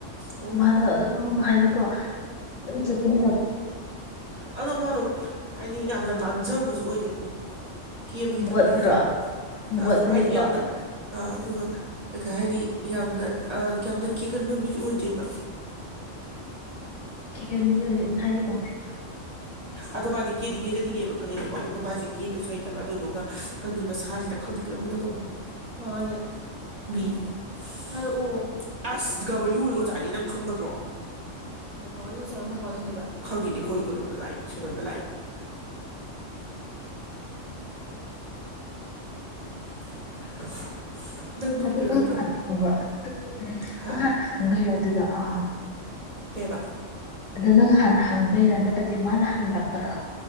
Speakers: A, on the right (about 40°); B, on the left (about 75°).
A: ꯑꯣ
B: ꯃꯥꯗꯣ ꯑꯗꯨꯝ ꯍꯥꯏꯗꯤꯀꯣ ꯑꯗꯨꯝ ꯆꯠꯄꯅꯤꯅ
A: ꯑꯗꯨꯨ ꯃꯗꯣ ꯍꯥꯏꯗꯤ ꯌꯥꯝ ꯌꯥꯝꯅ ꯅꯥꯟꯖꯕꯁꯨ ꯑꯣꯏꯗꯦꯉꯣ ꯀꯦꯕ ꯍꯩꯇꯕꯩ
B: ꯃꯣꯠꯄꯔꯣ
A: ꯇꯏꯄ ꯇꯧꯏ ꯑꯥ
B: ꯃꯣꯠꯄꯅꯦꯀꯣ
A: ꯍꯥꯏꯗꯤ ꯌꯥꯝꯅ ꯑꯥ ꯑꯗꯨꯒ ꯀꯩ ꯍꯥꯏꯅꯤ ꯌꯥꯝꯅ ꯑ ꯌꯥꯝꯅ ꯀꯦꯒꯟꯕ ꯃꯤꯁꯨ ꯑꯣꯏꯗꯦꯕ
B: ꯀꯦꯒꯜꯕꯤ ꯑꯣꯏ ꯍꯥꯏꯗꯤ ꯀꯃꯥꯏꯅ
A: ꯑꯗꯨ ꯃꯥꯗꯤ ꯀꯦꯗꯤ ꯀꯦꯖꯅꯤꯡꯉꯦꯕ ꯈꯪꯉꯦꯕꯀꯣ ꯑꯗꯨꯒ ꯃꯥꯁꯦ ꯀꯤꯕꯁꯨ ꯍꯩꯇꯕ ꯑꯗꯨꯗꯣ ꯈꯪꯗꯦ ꯃꯁꯥꯁꯤꯗ ꯈꯪꯗꯦ ꯀꯩꯅꯣꯝ ꯏꯇꯩ ꯇꯧꯏ ꯀꯅꯥꯅꯣ ꯍꯥꯏꯁꯦ ꯃꯤ ꯍꯥꯏꯔꯛꯑꯣ ꯑꯁ <unintelligible> ꯑꯣꯖꯥꯅꯤ ꯅꯪ ꯈꯪꯒꯗ꯭ꯔꯣ <unintelligible> ꯅꯪ ꯀꯃꯥꯏꯅꯥ ꯈꯪꯏꯕ ꯈꯪꯉꯤꯅꯤ ꯑꯩꯈꯣꯏ ꯀꯩꯅꯣꯅ ꯂꯥꯛꯏꯕ ꯁꯗ ꯌꯣꯟꯕ ꯂꯥꯛꯑꯦꯕ <inaudible> ꯇꯨꯝꯒꯤꯔꯣꯏꯗ꯭ꯔꯣ
B: <unintelligible>
A: ꯍꯥ
B: ꯑꯗꯨꯗꯣ ꯑ
A: ꯀꯦꯕ
B: ꯑꯗꯨ ꯅꯪ ꯍꯥꯟꯅ ꯍꯪꯕꯩꯔꯥ ꯅꯠꯇ꯭ꯔꯗꯤ ꯃꯥꯅ ꯍꯪꯉꯛꯄꯔꯣ